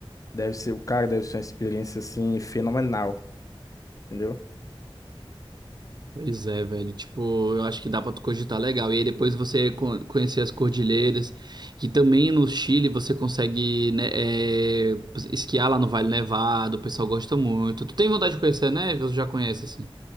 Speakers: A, on the left; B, on the right.
A: Deve ser, o cara deve ser uma experiência, assim, fenomenal, entendeu?
B: Pois é, velho. Tipo, eu acho que dá pra tu cogitar legal. E aí depois você con- conhecer as cordilheiras, que também no Chile você consegue, né, é, esquiar lá no Vale Nevado, o pessoal gosta muito. Tu tem vontade de conhecer a neve ou tu já conhece, assim?